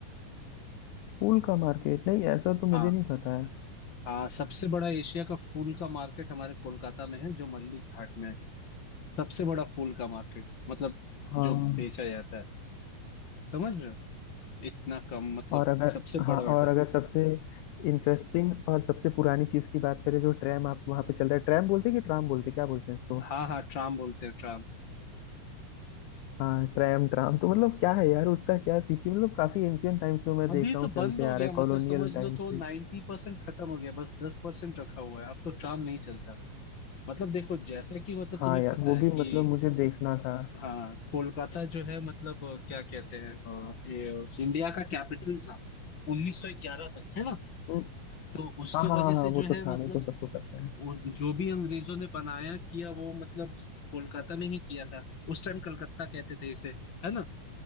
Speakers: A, on the left; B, on the left.
A: फूल का मार्केट नहीं ऐसा तो
B: हाँ
A: मुझे नहीं पता है
B: हाँ सबसे बड़ा एशिया का फूल का मार्केट हमारे कोलकाता में है जो मल्लिक घाट में है सबसे बड़ा फूल का मार्केट मतलब
A: हाँ
B: जो बेचा जाता है समझ रहे हो इतना कम मतलब
A: और अगर
B: सबसे
A: हाँ
B: बड़ा बेटा
A: और अगर सबसे इंटरेस्टिंग और सबसे पुरानी चीज की बात करें जो ट्रैम आप वहां पे चलता है ट्रैम बोलते हैं कि ट्राम बोलते हैं क्या बोलते हैं इसको
B: हाँ हाँ ट्राम बोलते हैं ट्राम
A: हाँ ट्रैम ट्राम तो मतलब क्या है यार उसका क्या सिटी मतलब काफी एंशियंट टाइम से मैं
B: अभी
A: देख रहा
B: तो
A: हूँ चलते
B: बंद हो
A: आ
B: गया
A: रहा है
B: मतलब
A: कॉलोनियल
B: समझ
A: टाइम
B: लो
A: से
B: तो नाइन्टी परसेंट खत्म हो गया बस दस परसेंट रखा हुआ है अब तो ट्राम नहीं चलता मतलब देखो जैसा कि मतलब
A: हाँ
B: तुम्हें
A: यार
B: पता
A: वो
B: है
A: भी
B: कि
A: मतलब मुझे देखना था
B: हाँ कोलकाता जो है मतलब अ, क्या कहते हैं अ, ये अ, इंडिया का कैपिटल था 1911 तक है ना
A: हम्म,
B: तो उसके
A: हाँ हाँ
B: वजह
A: हाँ
B: से
A: हाँ, वो
B: जो
A: तो
B: है
A: था
B: मतलब
A: वो तो सबको पता है
B: उ- जो भी अंग्रेजों ने बनाया किया वो मतलब कोलकाता में ही किया था उस टाइम कलकत्ता कहते थे इसे है ना